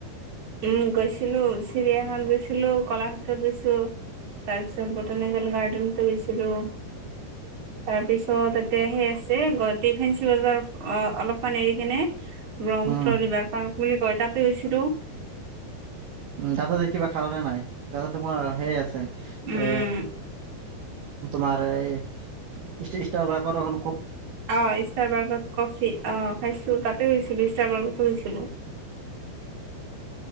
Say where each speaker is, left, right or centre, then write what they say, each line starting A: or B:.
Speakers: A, on the right; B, on the right.
A: উম গৈছিলো চিৰিয়াখানাত গৈছিলো কলাক্ষেত্ৰত গৈছো তাৰপিছত বটানিকেল গাৰ্ডেনতো গৈছিলো।
B: <inaudible>
A: তাৰ পিছত তাতে সেই আছে গুৱাহাটী ফেঞ্চি বজাৰ অ অলপমান এৰি কিনে ব্ৰহ্মপুত্ৰ
B: উম
A: ৰিভাৰ পাৰ্ক বুলি কয় তাতে গৈছিলো
B: উম তাতে যাই কিবা খালানে নাই তাতে তোমাৰ সেয় আছে।
A: উম
B: এ তোমাৰ এই <unintelligible> বিলাকত অকণ
A: অ ইষ্টাৰবাৰ্গত কফি অ খাইছো তাতে গৈছিলো ষ্টাৰবাৰ্গতো গৈছিলো।
B: <inaudible>